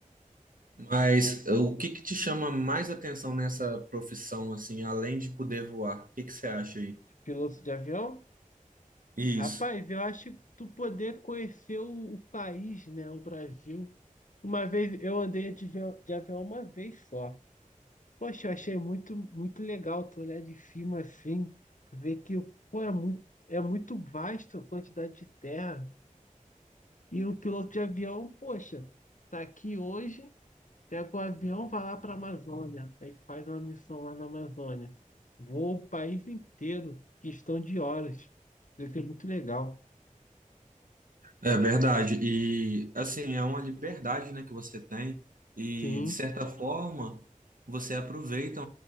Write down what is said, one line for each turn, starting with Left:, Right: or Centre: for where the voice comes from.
Right: Mas eh, o que que te chama mais atenção nessa profissão, assim, além de poder voar? O que que você acha aí?
Left: Piloto de avião?
Right: Isso.
Left: Rapaz, eu acho que tu poder conhecer o, o país, né? O Brasil. Uma vez eu andei de avião de avião uma vez só. Poxa, eu achei muito, muito legal tu olhar de cima assim, tu ver que, pô, é muito, é muito vasto a quantidade de terra. E o piloto de avião, poxa, tá aqui hoje, pega o avião, vai lá para a Amazônia, aí faz uma missão lá na Amazônia. Voa o país inteiro, questão de horas. Deve ser muito legal.
Right: É verdade. E assim, é uma liberdade, né, que você tem e
Left: Sim,
Right: de certa forma você aproveita,